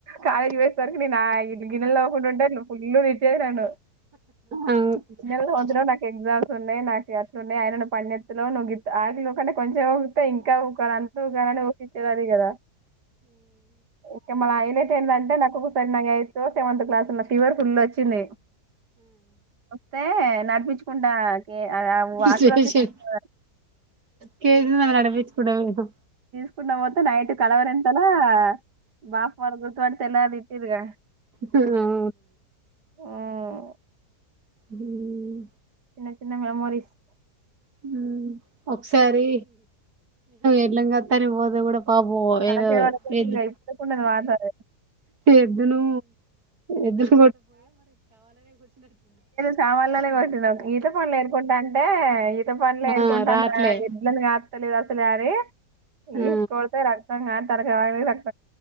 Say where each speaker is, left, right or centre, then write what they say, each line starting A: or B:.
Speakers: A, on the right; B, on the right.
A: కాలేజీ వే కడుపునిండాయ్ గిన్నెల్ తోముకుంటుంటే ఫుల్ తిట్టేది నన్ను
B: అవును
A: గిన్నెల్ తోముతున్నవ్ నకే ఎగ్జామ్స్ ఉన్నాయి నాకు అట్లున్నాయ్ అయిన నువ్వ్ పన్జేత్తనావ్ నువ్వు గిత్ ఆకిలి ఉ కంటే అంటే కొంచం ఊకితే ఇంకా ఊక్ అంటూ కాని కిచ్చేది అది గదా ఇక మన ఆయన అంటే నాకొక <inaudible> సెవెంత్ క్లాసున్న ఫీవర్ ఫుల్చొనయి అ అే నడిపించుకుంటా ఆ హాస్పిటల్
B: శేషం
A: తీసుకు-
B: కేజ అల అడపిచ కూడ పోదు
A: ప్పు న మత్త నైట్ కలవర ఎంతలా బాపు మ గుర్తుబడతే ఎల అది ఇట్దిగా <unintelligible>
B: హ్మ్
A: ఉమ్.
B: మ్మ్
A: చిన్న చిన్న మెమోరీస్
B: మ్మ్ ఒకసారి ఎడ్లంగతరి పోదు కూడా పాపొ
A: తలకాయ
B: ఏదో
A: పగలగొట్టిరుగా
B: ఏది
A: ఇప్పుడుకున్నది వాతావరణం
B: ఎదు ను ఎదురు
A: సామాన్లన్నీ కొంటున్నాం ఈత పండ్లు ఏరుకుంటాంటే ఇద్ద పనులు ఎరుకుంటాను
B: ఆ రాట్లే
A: ఎడ్లను కాస్తలిదు అసలు అని
B: ఆ
A: ఎష్ కొడితే రాక్తంగా తరక <inaudible>